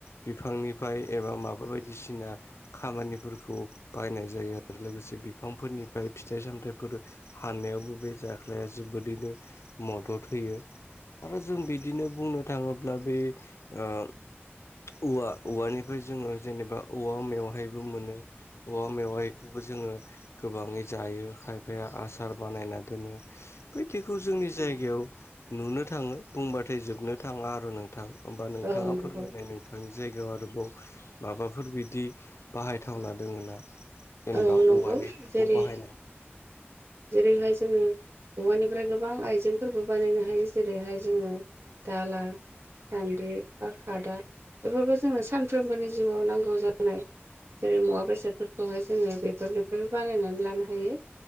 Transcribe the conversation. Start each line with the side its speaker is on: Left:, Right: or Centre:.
Left: बिफांनिफाय एबा माबा बायदिसिना खामानिफोरखौ बाहायनाय जायो। आरो लोगोसे बिफांफोरनिफ्राय फिथाइ सामथायाइफोर हाननायावबो बे जाग्लाया जोबोदैनो मदद होयो। आरो जों बिदिनो बुंनो थाङोब्ला बे ओ औवा औवानिफ्राय जोङो जेनेबा औवा मेवहायबो मोनो। औवा मेवाय खौबो जोङो गोबाङै जायो खायफाया आसार बानायना दोनो। बायदिखौ जोंनि जायगायाव नुनो थाङो बुंबाथाय जोबनो थाङा आरो नोंथां। होमबा नोंथाङा
Right: औ नंगौ
Left: फोरमायनाय नोंथा आं जायगायाव आरोबाव माबाफोर बिदि बाहायथावना दोङो ना? जेनेबा
Right: औ नंगौ
Left: औवानिखौ
Right: जेरै
Left: बाहायनाय।
Right: जेरैहाय जोङो हौवानिफ्राय गोबां आइजेंफोरबो बानायनो हायो। जेरैहाय जोङो दाला सान्द्रि बा खादा बेफोरखौ जोंनो सानफ्रोमबोनि जिउआव नांगौ जानाय जेरै मुवा बेसादफोरखौहाय जोङो बेफोरनिफ्राय बानायनानै लानो हायो।